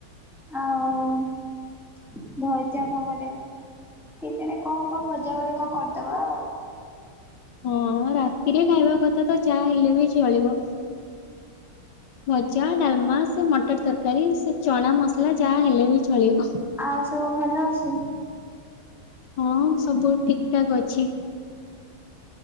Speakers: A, in the centre; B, on the left (about 75°).
A: ଆଉ। ଭଯା କଣ ଗୋଟେ। କେଜାଣ କଣ ହବ ଭଜା ଗୋଟେ କଣ କରିଦବା ଆଉ।
B: ହଁ ରାତିରେ ଖାଇବା କଥା ତ ଚାହା ହେଲେ ବି ଚଳିବ। ଭଜା, ଡାଲମା, ସେ ମଟର ତରକାରୀ, ସେ ଚଣା ମସଲା, ଯାହା ହେଲେ ବି ଚଳିବ।
A: ଆଉ ସବୁ ଭଲ ଅଛି?
B: ହଁ ସବୁ ଠିକଠାକ ଅଛି।